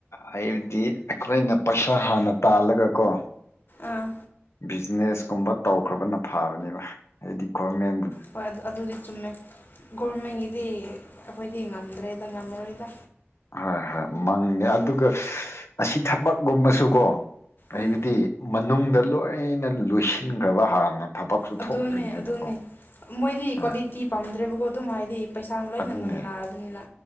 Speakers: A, on the left; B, on the left.
A: ꯑꯩꯗꯤ ꯑꯩꯈꯣꯏꯅ ꯄꯩꯁꯥ ꯍꯥꯟꯅ ꯇꯥꯜꯂꯒꯀꯣ
B: ꯑꯥ
A: ꯕꯤꯖꯤꯅꯦꯁ ꯀꯨꯝꯕ ꯇꯧꯈ꯭ꯔꯕꯅ ꯐꯕꯅꯦꯕ ꯍꯥꯏꯗꯤ ꯒꯣꯔꯃꯦꯟ
B: ꯍꯣꯏ ꯑꯗꯨ ꯑꯗꯨꯗꯤ ꯆꯨꯝꯃꯦ ꯒꯣꯔꯃꯦꯟꯒꯤꯗꯤ ꯑꯩꯈꯣꯏꯗꯤ ꯉꯝꯃꯦ ꯂꯩꯗ ꯉꯝꯃꯔꯣꯏꯗ
A: ꯍꯣꯏ ꯍꯣꯏ ꯃꯪꯅꯦꯦ ꯑꯗꯨꯒ ꯑꯁꯤ ꯊꯕꯛꯀꯨꯝꯕꯁꯨꯀꯣ ꯍꯥꯏꯕꯗꯤ
B: ꯎꯝ
A: ꯃꯅꯨꯡꯗ ꯂꯣꯏꯅ ꯂꯣꯏꯁꯤꯟꯈ꯭ꯔꯕ ꯍꯥꯟꯅ ꯄꯛꯁꯨ
B: ꯑꯗꯨꯅꯦ
A: ꯊꯣꯛꯇ꯭ꯔꯤꯉꯩꯗꯀꯣ
B: ꯑꯗꯨꯅꯦ ꯃꯣꯏꯗꯤ
A: ꯍꯣꯏ
B: ꯀ꯭ꯋꯥꯂꯤꯇꯤ ꯄꯥꯝꯗ꯭ꯔꯦꯕꯀꯣ ꯑꯗꯨꯝ ꯍꯥꯏꯗꯤ ꯄꯩꯁꯥ ꯂꯣꯏꯅ
A: ꯑꯗꯨꯅꯦ
B: ꯉꯪꯅꯔꯕꯅꯤꯅ